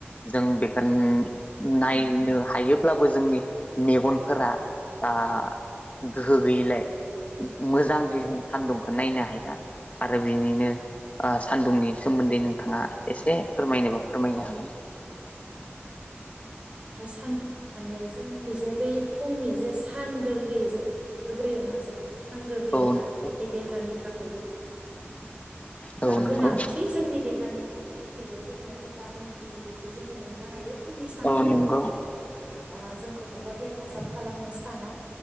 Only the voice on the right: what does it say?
सान माने जोंनि जे बै फुंनि जे सान गोरलै जे ओंखारबोयो नङा जे सान गोरलैया
जोंनि
देहानि थाख <unintelligible>
आ गोनांथि
जोंनि देहा, हानि थाखाय बियो जोंनो भिटामिन ड बेखौ जोङो मोन मोननो हायो फुंनि सान
फोरबोनि
फ्राय जोंखौ बुहुद हेफाजाब खालामो साना,